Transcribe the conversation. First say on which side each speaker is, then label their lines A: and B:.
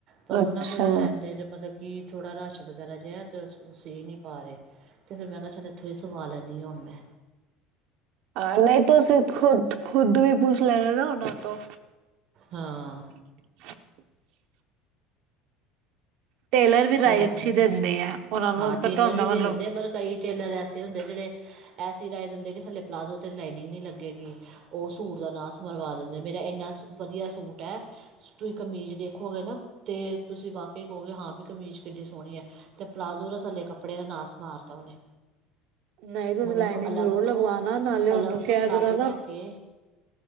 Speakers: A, on the right (about 40°); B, on the right (about 55°).
A: ਪਰ ਉਹਨਾਂ
B: ਅੱਛਾ
A: ਕੋਲ ਇਸ ਟਾਈਮ ਦੇ ਮਤਲਬ ਕਿ ਥੋੜਾ ਰਸ਼ ਵਗੈਰਾ ਜਿਹਾ ਨੀ ਪਾ ਰਹੇ ਤੇ ਫਿਰ ਮੈਂ ਕਿਹਾ ਚੱਲ ਇੱਥੋਂ ਸਵਾਲ ਲਨੀ ਹੁਣ ਮੈਂ।
B: ਹਾਂ ਨਹੀਂ ਤਾਂ ਸਿਰ ਖੁਦ ਖੁਦ ਵੀ ਪੁੱਛ ਲੈਣਾ ਨਾ ਉਹਨਾਂ ਤੋਂ
A: ਹਾਂ।
B: <inaudible> ਟੇਲਰ ਵੀ ਰਾਏ
A: ਹੋਰ
B: ਅੱਛੀ ਦਿੰਦੇ ਆ ਉਹਨਾਂ ਨੂੰ
A: ਹਾਂ ਟੇਲਰ
B: ਪਤਾ ਹੁੰਦਾ
A: ਵੀ ਦੇ
B: ਮਤਲਬ
A: ਦਿੰਦੇ ਆ ਪਰ ਕਈ ਟੇਲਰ ਐਸੇ ਹੁੰਦੇ ਜਿਹੜੇ ਐਸੀ ਰਾਏ ਦਿੰਦੇ ਕਿ ਥੱਲੇ ਪਲਾਜ਼ੋ ਲਾਈਨਿੰਗ ਨਹੀਂ ਲੱਗੇਗੀ। ਉਹ ਸੂਟ ਦਾ ਨਾਸ ਮਰਵਾ ਦਿੰਦੇ ਮੇਰਾ ਇੰਨਾ ਵਧੀਆ ਸੂਟ ਹੈ ਤੁਸੀਂ ਕਮੀਜ਼ ਦੇਖੋਗੇ ਨਾ ਤੇ ਤੁਸੀਂ ਵਾਕਈ ਕਹੋਗੇ ਹਾਂ ਵੀ ਕਮੀਜ਼ ਕਿੱਡੀ ਸੋਹਣੀ ਹੈ ਤੇ ਪਲਾਜ਼ੋ ਦੇ ਥੱਲੇ ਕੱਪੜੇ ਨਾਸ ਮਾਰਤਾ ਉਹਨੇ
B: ਨਹੀਂ ਤੁਸੀਂ
A: ਹੁਣ ਮੈਨੂੰ
B: ਲਾਈਨਿੰਗ
A: ਅਲੱਗ
B: ਜ਼ਰੂਰ
A: ਤੋਂ
B: ਲਗਵਾਣਾ ਨਾਲੇ
A: ਅਲੱਗ
B: ਉਹਨੂੰ
A: ਤੋਂ
B: ਕਹਿ
A: ਪਲਾਜ਼ੋ
B: ਦੇਣਾ ਨਾ
A: ਲੈ ਕੇ